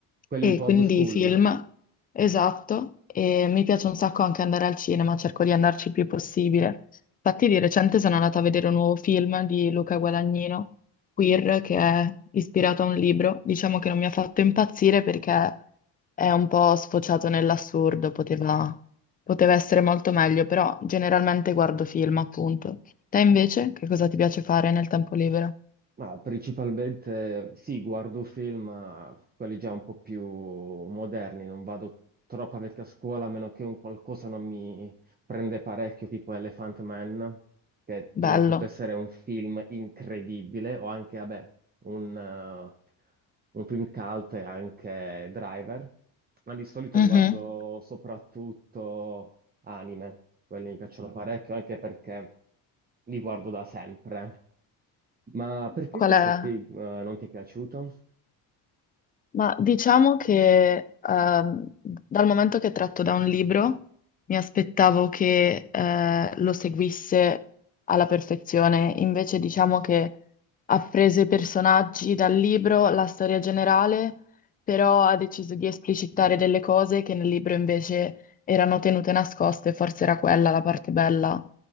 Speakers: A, on the right (about 20°); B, on the left (about 20°).
A: Quelli
B: e
A: un po'
B: quindi
A: old school.
B: film, esatto, e mi piace un sacco anche andare al cinema, cerco di andarci il più possibile. Infatti di recente sono andata a vedere un nuovo film di Luca Guadagnino queer che è ispirato a un libro. Diciamo che non mi ha fatto impazzire perché è un po' sfociato nell'assurdo, poteva, poteva essere molto meglio, però generalmente guardo film, appunto. Te invece,
A: Mm.
B: che cosa ti piace fare nel tempo libero?
A: Ma principalmente sì, guardo film, ma quelli già un po' più moderni, non vado troppo a vecchia scuola, a meno che un qualcosa non mi prende parecchio, tipo Elephant Man, che reputo
B: Bello.
A: essere un film incredibile, o anche, vabbè, un, eh, un film cult e anche Driver, ma di solito
B: Mhm.
A: guardo soprattutto anime, quelli mi piacciono Ah, parecchio, anche perché li guardo da sempre. Ma perché
B: Qual
A: questo
B: è?
A: film eh, non ti è piaciuto?
B: Ma diciamo che ehm, dal momento che è tratto da un libro, mi aspettavo che eh, lo seguisse alla perfezione. Invece diciamo che ha preso i personaggi dal libro, la storia generale, però ha deciso di esplicitare delle cose che nel libro invece erano tenute nascoste, forse era quella la parte bella